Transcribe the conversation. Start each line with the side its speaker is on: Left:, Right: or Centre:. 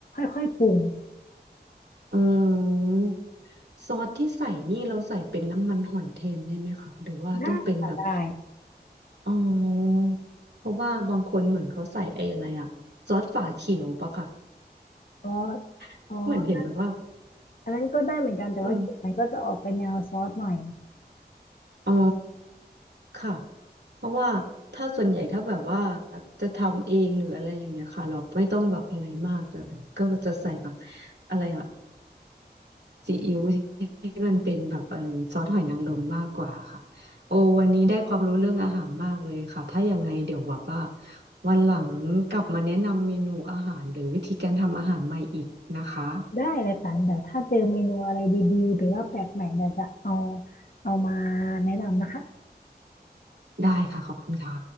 Left: ค่อยๆปรุง
Right: เออ ซอสที่ใส่นี่เราใส่เป็นน้ำมันหอยแทนได้ไหมคะหรือว่าต้องเป็นแบบ
Left: ได้ค่ะได้
Right: อ๋อเพราะว่าบางคนเหมือนเขาใส่ไอ้อะไรอะซอสฝาเขียวปะค่ะ
Left: ซอส
Right: <laughs>
Left: ซอส
Right: เหมือนเห็นแบบว่า
Left: อันนั้นก็ได้เหมือนกันแต่ว่ากลิ่นมันก็จะออกไปแนวซอสหน่อย
Right: อืมอ๋อค่ะเพราะว่าถ้าส่วนใหญ่ถ้าแบบว่าจะทำเองหรืออะไรอย่างเงี้ยค่ะเราไม่ต้องแบบอะไรมากเลยก็จะใส่แบบอะไรอะ ซีอิ๊วที่มันเป็นแบบเออซอสหอยนางรมมากกว่าค่ะโอ้วันนี้ได้ความรู้เรื่องอาหารมากเลยค่ะถ้ายังไงเดี๋ยวแบบว่าวันหลังกลับมาแนะนำเมนูอาหารหรือวิธีการทำอาหารใหม่อีกนะคะ
Left: ได้เลยค่ะเดี๋ยวถ้าเจอเมนูอะไรดีๆหรือว่าแปลกใหม่เดี๋ยวจะเอาเอามาแนะนำนะคะ
Right: ได้ค่ะขอบคุณค่ะ